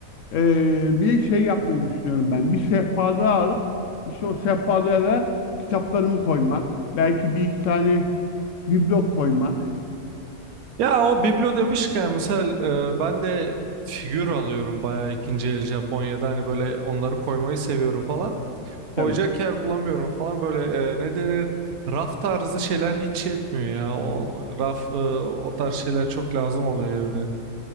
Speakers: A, on the left (about 65°); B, on the right (about 80°).
A: E, bir de şey yapmayı düşünüyorum ben. Bir sehpa daha alıp işte o sehpada da kitaplarımı koymak. Belki bir iki tane biblo koymak.
B: Ya o biblo demişken misal e, ben de figür alıyorum bayağı ikinci el Japonya'da hani böyle onları koymayı seviyorum falan.
A: Tabii.
B: Koyacak yer bulamıyorum falan böyle e, ne denir raf tarzı şeyler hiç şey etmiyor ya. O raf e, o tarz şeyler çok lazım oluyor evde.